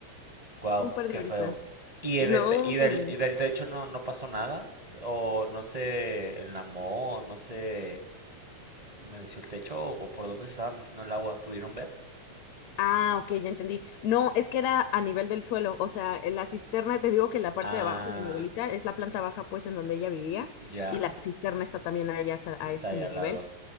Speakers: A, on the right (about 60°); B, on the left (about 75°).
A: wow,
B: un par
A: qué
B: de horitas.
A: feo. ¿Y
B: No,
A: el del te- y del,
B: no, no.
A: y del techo no, no pasó nada? ¿O no se enlamó? o ¿No se humedeció el techo? ¿O por dónde se estaba metiendo el agua? ¿Pudieron ver?
B: Ah, ok, ya entendí. No, es que era a nivel del suelo, o sea, en la cisterna, te digo que la parte
A: Ah,
B: de abajo de mi abuelita es la planta baja, pues, en donde ella vivía,
A: ya.
B: y la cisterna está también a, ella- a
A: Está
B: ese
A: ahí
B: nivel.
A: al lado.